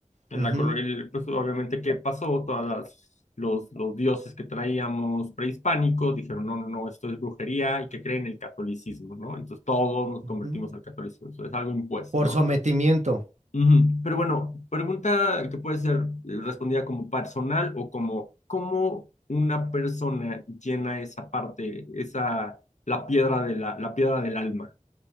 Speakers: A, on the left; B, on the right.
A: En
B: ujú,
A: la colonia, pues obviamente, ¿qué pasó? Todas las- Los, los dioses que traíamos prehispánicos dijeron, no, no, no, esto es brujería y que creen el catolicismo, ¿no? Entonces todos nos
B: ujú,
A: convertimos al catolicismo, eso es algo impuesto,
B: por
A: ¿no?
B: sometimiento.
A: Ujú, Pero bueno, pregunta que puede ser eh, respondida como personal o como cómo una persona llena esa parte, esa la piedra de la, la piedra del alma.